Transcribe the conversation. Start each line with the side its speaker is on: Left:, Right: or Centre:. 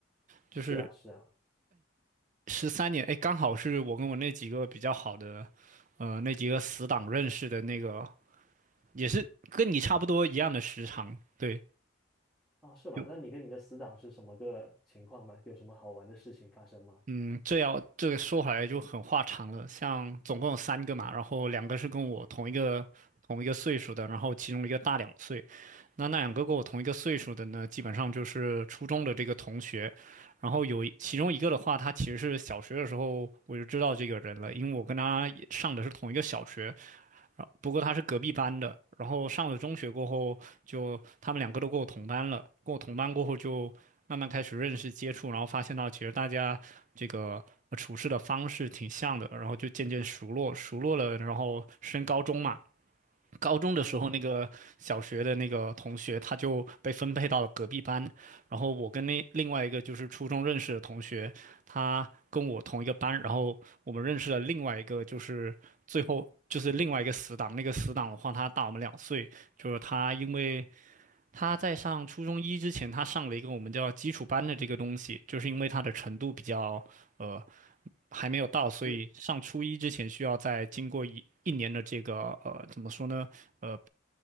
Right: 就是
Centre: 是啊，是啊，
Right: 十三年，哎，刚好是我跟我那几个比较好的，呃，那几个死党认识的那个。也是跟你差不多一样的时长，对，
Centre: 哦，是吧？
Right: 就
Centre: 那你跟你的死党是什么个情况呢？有什么好玩的事情发生吗？
Right: 嗯，这要这个说回来就很话长了。像总共有三个嘛，然后两个是跟我同一个同一个岁数的，然后其中一个大两岁。那那两个跟我同一个岁数的呢，基本上就是初中的这个同学。然后有一其中一个的话，他其实是小学的时候我就知道这个人了，因为我跟他也上的是同一个小学。然后不过他是隔壁班的，然后上了中学过后就，他们两个都跟我同班了，跟我同班过后就慢慢开始认识接触，然后发现到其实大家这个呃处事的方式挺像的，然后就渐渐熟络，熟络了，然后升高中嘛，高中的时候，
Centre: 嗯，
Right: 那个小学的那个同学，他就被分配到了隔壁班。然后我跟那另外一个就是初中认识的同学，他跟我同一个班。然后我们认识了另外一个，就是最后就是另外一个死党。那个死党的话，他大我们两岁，就是他因为他在上初中一之前，他上了一个我们叫基础班的这个东西，就是因为他的程度比较呃还没有到，所以上初一之前需要再经过一一年的这个呃怎么说呢？
Centre: 就
Right: 呃，